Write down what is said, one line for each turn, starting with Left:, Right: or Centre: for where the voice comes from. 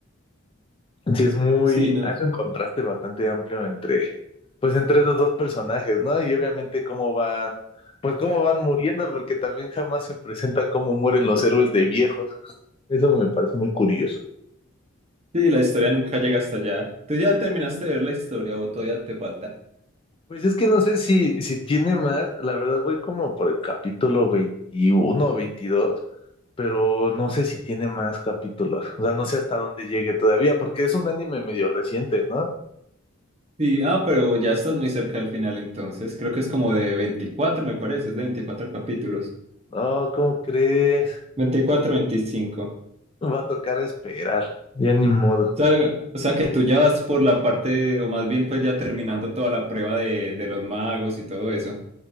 Left: Sí, es muy,
Right: Sí, no.
Left: hace un contraste bastante amplio entre, pues entre esos dos personajes, ¿no? Y obviamente cómo van, pues cómo van muriendo, porque también jamás se presenta cómo mueren los héroes de viejos. Eso me parece muy curioso.
Right: Sí, la historia nunca llega hasta allá. ¿Tú ya terminaste de ver la historia o todavía te falta?
Left: Pues es que no sé si, si tiene más, la verdad voy como por el capítulo 21 o 22, pero no sé si tiene más capítulos, o sea, no sé hasta dónde llegue todavía, porque es un anime medio reciente, ¿no?
Right: Sí, ah, pero ya estás muy cerca del final entonces. Creo que es como de veinticuatro, me parece, es de 24 capítulos.
Left: No, ¿cómo crees?
Right: veinticuatro, 25.
Left: Va a tocar esperar, ya ni modo.
Right: O sea, o sea que tú ya vas por la parte, o más bien pues ya terminando toda la prueba de, de los magos y todo eso.